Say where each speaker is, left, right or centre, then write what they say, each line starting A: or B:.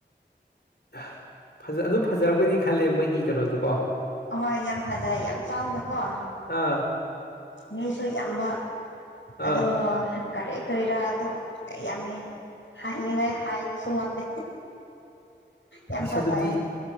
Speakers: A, on the left (about 60°); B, on the left (about 85°).
A: ꯖ ꯑꯗꯨꯝ ꯐꯖꯔꯛꯄꯗꯤ ꯈꯜꯂꯦ ꯃꯣꯏꯒꯤ ꯀꯩꯅꯣꯗꯨꯀꯣ
B: ꯍꯣꯏ ꯌꯥꯝ ꯐꯖꯩ ꯌꯥꯝ ꯆꯥꯎꯅꯀꯣ
A: ꯑꯥ
B: ꯃꯤꯁꯨ ꯌꯥꯝ ꯕ
A: ꯑꯥ
B: ꯑꯗꯣ ꯀꯔꯤ ꯀꯔꯤꯔꯥ ꯑꯗꯨ ꯌꯥꯝꯃꯤ ꯍꯥꯏꯅꯤꯡꯉꯥꯏ ꯍꯥꯏꯕꯁꯨ ꯉꯝꯗꯦ ꯌꯥꯝ
A: ꯑꯁ
B: ꯐꯖꯩ
A: ꯑꯗꯨꯗꯤ